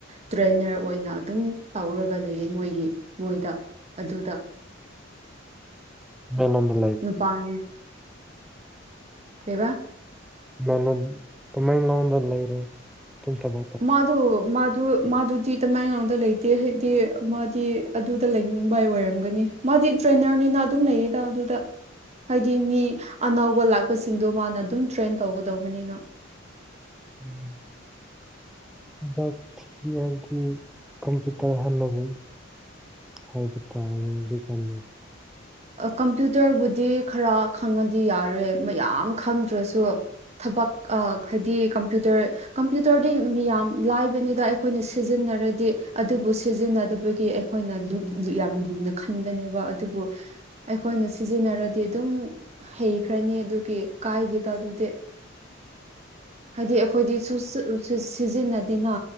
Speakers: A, on the right; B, in the centre.
A: ꯇ꯭ꯔꯦꯅꯔ ꯑꯣꯏꯅ ꯑꯗꯨꯝ ꯇꯧꯔꯒ ꯂꯩꯌꯦ ꯃꯣꯏꯒꯤ ꯃꯣꯏꯗ ꯑꯗꯨꯗ
B: <unintelligible>
A: ꯅꯨꯄꯥꯅꯤ ꯀꯩꯕ
B: ꯃꯂꯣꯝ ꯇꯃꯦꯡꯂꯣꯡꯗ ꯂꯩꯔꯤ ꯇꯨꯝꯊꯕꯣ
A: ꯃꯥꯙꯨ ꯃꯥꯙꯨ ꯃꯥꯗꯨꯠ ꯆꯤ ꯇꯃꯦꯡꯂꯣꯡꯗ ꯂꯩꯇꯦ ꯍꯩꯗꯤ ꯃꯥꯗꯤ ꯑꯗꯨꯗ ꯂꯩꯅꯤꯡꯕꯥꯏ ꯑꯣꯏꯔꯝꯒꯅꯤ ꯃꯥꯗꯤ ꯇ꯭ꯔꯦꯅꯔꯅꯤꯅ ꯑꯗꯨꯝ ꯂꯩꯌꯦꯗ ꯑꯗꯨꯗ ꯍꯥꯏꯗꯤ ꯃꯤ ꯑꯅꯧꯕ ꯂꯥꯛꯄꯁꯤꯡꯗꯣ ꯃꯥꯅ ꯑꯗꯨꯝ ꯇ꯭ꯔꯦꯟ ꯇꯧꯒꯗꯧꯕꯅꯤꯅ
B: ꯎꯝ ꯈꯨꯗꯥꯛ ꯊꯤ ꯍꯥꯏꯕꯗꯤ ꯀꯝꯄ꯭ꯌꯨꯇꯔ ꯍꯥꯟꯅꯕꯨ ꯍꯥꯏꯕ ꯇꯥꯏ ꯍꯧꯖꯤꯛ ꯇꯝꯃꯦ
A: ꯑ ꯀꯝꯄ꯭ꯌꯨꯇꯔꯕꯨꯗꯤ ꯈꯔ ꯈꯪꯉꯗꯤ ꯌꯥꯔꯦ ꯃꯌꯥꯝ ꯈꯪꯗ꯭ꯔꯁꯨ ꯊꯕꯛ ꯑ ꯍꯥꯏꯗꯤ ꯀꯝꯄ꯭ꯌꯨꯇꯔ ꯀꯝꯄ꯭ꯌꯨꯇꯔꯗꯤ ꯃꯤꯌꯥꯝ ꯂꯥꯏꯕꯅꯤꯗ ꯑꯩꯈꯣꯏꯅ ꯁꯤꯖꯤꯟꯅꯔꯗꯤ ꯑꯗꯨꯕꯨ ꯁꯤꯖꯤꯟꯅꯗꯕꯒꯤ ꯑꯩ ꯍꯣꯏꯅ ꯂꯨ ꯌꯥꯝ ꯂꯨꯅ ꯈꯟꯕꯅꯦꯕ ꯑꯗꯨꯕꯨ ꯑꯩꯈꯣꯏꯅ ꯁꯤꯖꯤꯟꯅꯔꯗꯤ ꯑꯗꯨꯝ ꯍꯩꯈ꯭ꯔꯅꯤ ꯑꯗꯨꯒꯤ ꯀꯥꯏꯗꯦꯗ ꯑꯗꯨꯗꯤ ꯍꯥꯏꯗꯤ ꯑꯩꯈꯣꯏꯗꯤ ꯁꯨꯁꯤ ꯑ ꯁꯤ ꯁꯤꯖꯤꯟꯅꯗꯦꯅ